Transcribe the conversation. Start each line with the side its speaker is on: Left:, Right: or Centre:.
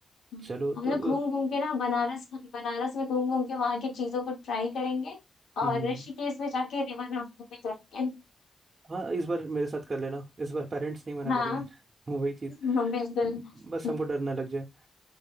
Left: हम्म,
Right: चलो
Left: हम
Right: तो
Left: लोग घूम घूम के ना बनारस बनारस में घूम घूम के वहां की चीजों को ट्राई करेंगे और
Right: हम्म हम्म,
Left: ऋषिकेश
Right: हम्म।
Left: में जाके रिवर राफ्टिंग भी करेंगे
Right: हाँ इस बार मेरे साथ कर लेना इस बार पेरेंट्स नहीं मना
Left: हाँ
Right: करेंगे ना <laughs> वही चीज़
Left: हाँ बिल्कुल
Right: म, बस
Left: हम्म,
Right: हमको डर ना लग जाए